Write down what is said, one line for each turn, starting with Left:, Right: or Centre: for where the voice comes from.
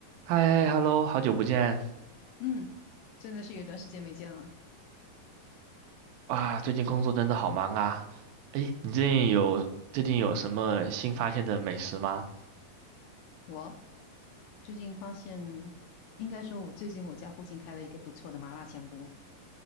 Right: 嗨嗨，hello，好久不见
Left: 嗯，真的是有一段时间没见了。
Right: 哇！最近工作真的好忙啊。诶，你最近有最近有什么新发现的美食吗？
Left: 我最近发现，应该说，我最近我家附近开了一个不错的麻辣香锅。